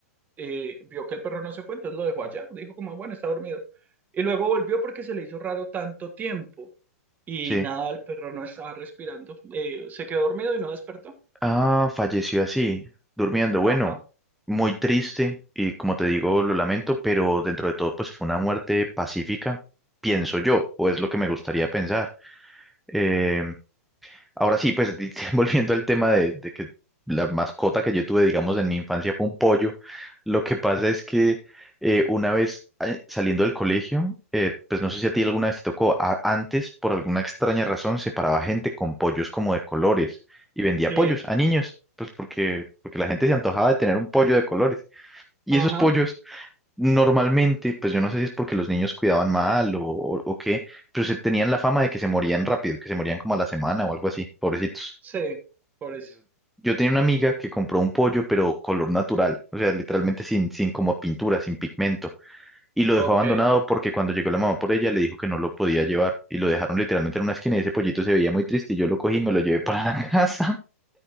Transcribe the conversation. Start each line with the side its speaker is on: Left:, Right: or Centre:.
Right: eh, vio que el perro no se fue, entonces lo dejó allá. Dijo como, bueno, está dormido. Y luego volvió porque se le hizo raro tanto tiempo. Y
Centre: Sí.
Right: nada, el perro no estaba respirando. Eh, se quedó dormido y no despertó.
Centre: Ah, falleció así, durmiendo. Bueno,
Right: Ajá.
Centre: muy triste y como te digo, lo lamento, pero dentro de todo, pues fue una muerte pacífica, pienso yo, o es lo que me gustaría pensar. Em, Ahora sí, pues di- <laughs> volviendo al tema de, de que la mascota que yo tuve, digamos, en mi infancia fue un pollo, lo que pasa es que eh, una vez eh, saliendo del colegio, eh, pues no sé si a ti alguna vez te tocó, a- antes por alguna extraña razón separaba gente con pollos como de colores y vendía
Right: Sí.
Centre: pollos a niños, pues porque, porque la gente se antojaba de tener un pollo de colores. Y
Right: Ajá.
Centre: esos pollos Normalmente, pues yo no sé si es porque los niños cuidaban mal o, o, o qué, pero se tenían la fama de que se morían rápido, que se morían como a la semana o algo así, pobrecitos.
Right: Sí. Por eso.
Centre: Yo tenía una amiga que compró un pollo, pero color natural, o sea, literalmente sin, sin como pintura, sin pigmento, y lo dejó
Right: Ok.
Centre: abandonado
Right: <laughs>
Centre: porque cuando llegó la mamá por ella le dijo que no lo podía llevar, y lo dejaron literalmente en una esquina y ese pollito se veía muy triste, y yo lo cogí y me lo llevé para la <laughs> casa.